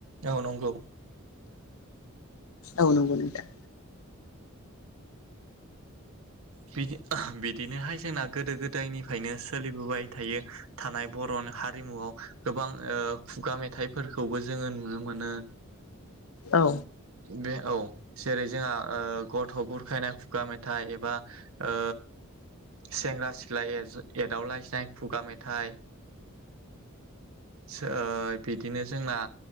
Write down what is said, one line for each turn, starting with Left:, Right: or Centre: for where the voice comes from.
Right: औ नंगौ
Left: औ नंगौ नोंथां
Right: बिदि बिदिनोहाय जोंना गोदो गोदायनिफ्रायनो सोलिबोबाय थायो थानाय बर'नि हारिमुआव गोबां ओ खुगा मेथाइफोरखौबो जोङो नुनो मोनो
Left: औ
Right: बे औ जेरै जोंहा गथ' बुरखायनाय खुगा मेथाइ एबा ओ सेंग्रा सिख्ला एदावलायसनाय खुगा मेथाइ सो आ बिदि ने जोंना